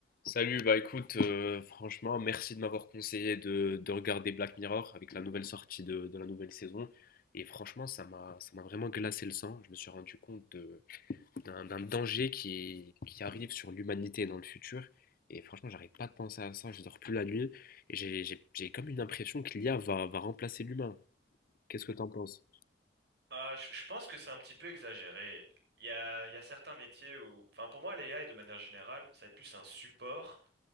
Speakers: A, on the left (about 50°); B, on the right (about 65°).
A: Salut, bah écoute, euh, franchement, merci de m'avoir conseillé de, de regarder Black Mirror avec la nouvelle sortie de, de la nouvelle saison. Et franchement, ça m'a, ça m'a vraiment glacé le sang. Je me suis rendu compte de- d'un, d'un danger qui, qui arrive sur l'humanité dans le futur. Et franchement, j'arrête pas de penser à ça, je dors plus la nuit. Et j'ai, j'ai- j'ai comme une impression que l'I a va, va remplacer l'humain. Qu'est-ce que t'en penses?
B: Euh, je je pense que c'est un petit peu exagéré. Il y a, il y a certains métiers où, enfin pour moi, l'AI de manière générale, ça va être plus un support